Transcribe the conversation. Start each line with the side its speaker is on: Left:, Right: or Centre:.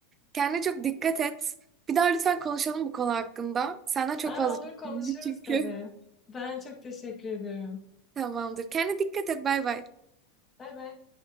Right: Kendine çok dikkat et. Bir daha lütfen konuşalım bu konu hakkında. Senden çok
Left: Aa,
Right: fazla
Left: olur
Right: <laughs> şey
Left: konuşuruz
Right: öğrendim çünkü.
Left: tabii. Ben çok teşekkür ediyorum.
Right: Tamamdır. Kendine dikkat et. Bay bay.
Left: Bay bay.